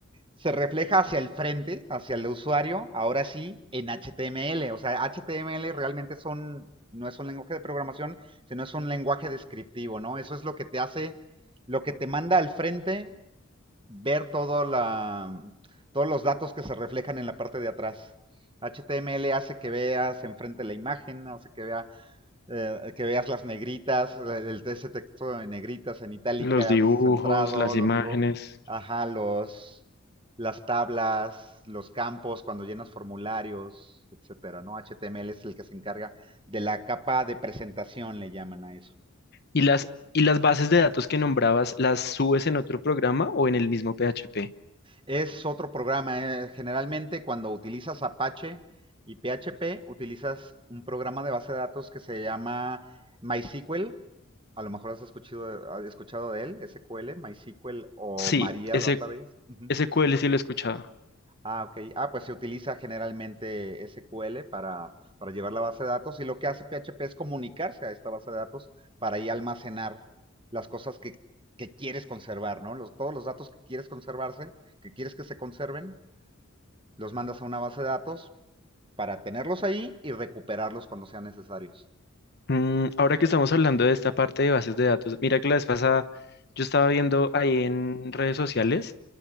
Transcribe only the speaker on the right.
se refleja hacia el frente, hacia el usuario, ahora sí, en HTML. O sea, HTML realmente son, no es un lenguaje de programación, sino es un lenguaje descriptivo, ¿no? Eso es lo que te hace, lo que te manda al frente ver todo la, todos los datos que se reflejan en la parte de atrás. HTML hace que veas enfrente la imagen, hace que vea eh, que veas las negritas, eh, el, ese texto en negritas, en itálicas,
centrado,
los dibujos, ajá, los, las tablas, los campos cuando llenas formularios, etcétera, ¿no? HTML es el que se encarga de la capa de presentación, le llaman a eso.
Es otro programa. eh, Generalmente cuando utilizas Apache y PHP, utilizas un programa de base de datos que se llama MySQL. A lo mejor has escuchado, has escuchado de él, SQL, MySQL o
Maria
Database. Ujú.
Ah, ok. Ah, pues se utiliza generalmente SQL para, para llevar la base de datos y lo que hace PHP es comunicarse a esta base de datos para ahí almacenar las cosas que, que quieres conservar, ¿no? Los, todos los datos que quieres conservarse, que quieres que se conserven, los mandas a una base de datos para tenerlos ahí y recuperarlos cuando sean necesarios.